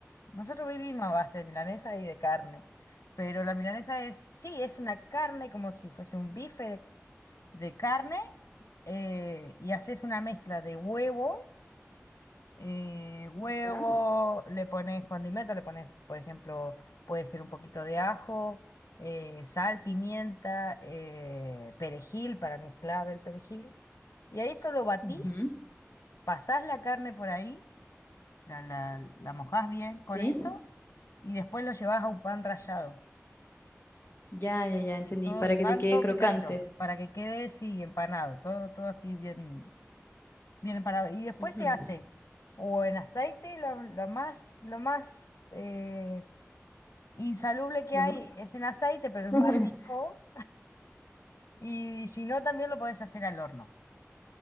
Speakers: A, on the left; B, on the left.
A: Nosotros vivimos a base de milanesa y de carne. Pero la milanesa es, sí, es una carne como si fuese un bife de, de carne eh, y haces una mezcla de huevo eh, huevo,
B: ¿Ya?
A: le pones condimento, le pones, por ejemplo, puede ser un poquito de ajo, eh, sal, pimienta, eh, perejil, para mí es clave el perejil. Y ahí solo batís,
B: Ujú.
A: pasás la carne por ahí, la, la, la mojás bien con
B: ¿Sí?
A: eso y después lo llevas a un pan rallado.
B: Ya, ya, ya, entendí.
A: Todo
B: Para
A: el pan,
B: que te quede
A: todo
B: crocante.
A: picadito, para que quede así empanado, todo, todo así bien, bien empanado. Y después
B: Ujú.
A: se hace o en aceite, lo, lo más, lo más eh, insalubre que
B: Lo
A: hay
B: ma-
A: es en aceite, pero es
B: <laughs>
A: más rico. Y si no, también lo podés hacer al horno.